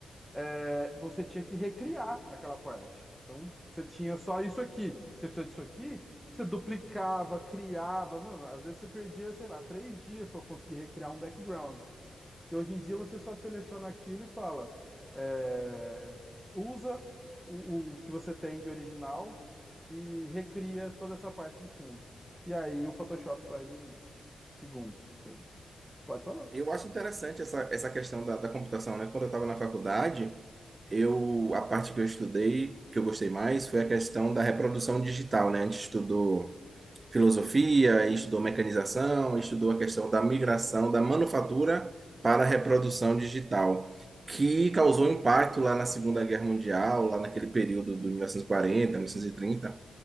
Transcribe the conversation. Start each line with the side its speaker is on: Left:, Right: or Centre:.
Centre: é, você tinha que recriar aquela parte. Então, você tinha só isso aqui, você precisa disso aqui, você duplicava, criava, mano, às vezes você perdia, sei lá, três dias para conseguir recriar um background. Que hoje em dia você só seleciona aquilo e fala, é, usa o, o que você tem de original e recria toda essa parte de fundo. E aí o Photoshop faz em segundos. Pode falar.
Right: Eu acho interessante essa, essa questão da, da computação, né? Quando eu estava na faculdade, eu a parte que eu estudei, que eu gostei mais, foi a questão da reprodução digital, né? A gente estudou filosofia, estudou mecanização, estudou a questão da migração da manufatura para a reprodução digital, que causou impacto lá na Segunda Guerra Mundial, lá naquele período do mil mil novecentos e quarenta, mil novecentos e trinta.